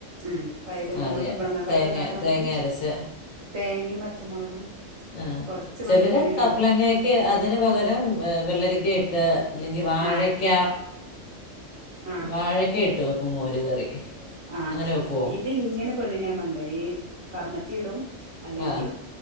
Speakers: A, on the right; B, on the left.
A: ഉം തൈര്
B: ആ
A: നമ്മൾ
B: അറിയാം
A: കുമ്പളങ്ങ കറിക്കെ
B: തേങ്ങ
A: ഇണ്ടാക്കണമരി
B: തേങ്ങ അരച്ച്
A: തേങ്ങയും പച്ചമുളകും
B: ആഹ്
A: കൊറച്ച്
B: ചിലര്
A: മഞ്ഞപ്പൊടി ഇടും
B: കപ്പളങ്ങ അതിന് പകരം വെള്ളരിക്ക ഇട്ട് അല്ലെങ്കി വാഴക്ക
A: ആ ആ
B: വാഴക്കെ ഇട്ട് വെക്കും മോര് കറി
A: ആഹ്
B: അങ്ങനെ വെക്കുമോ
A: ഇത് ഇങ്ങനെ പെണ്ണിനാ മണ്ട ഈ കർമ്മത്തിയിടും അല്ലെങ്കിൽ
B: ആ